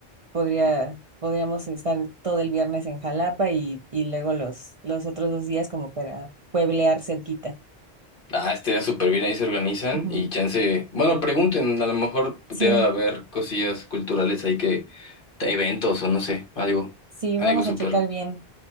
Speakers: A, on the right; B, on the left.
A: podría, podríamos estar todo el viernes en Jalapa y, y luego los, los otros dos días como para pueblear cerquita.
B: Ah, estaría súper bien, ahí se organizan
A: Ujú.
B: y chance, bueno, pregunten, a lo mejor debe
A: Sí,
B: haber cosillas culturales ahí que, eventos o no sé, algo,
A: sí,
B: algo
A: vamos
B: súper.
A: a checar bien.